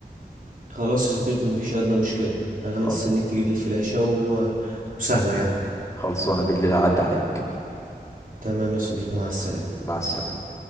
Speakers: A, on the right; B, on the left.
A: خلاص يا صديقي مفيش أدنى مشكلة انا مستنيك
B: خل-
A: تجيب لي الفلاشة و... وسهلة يعني
B: خلصانة بالليل هعدي عليك
A: تمام يا صديقي مع السلامة
B: مع السلامة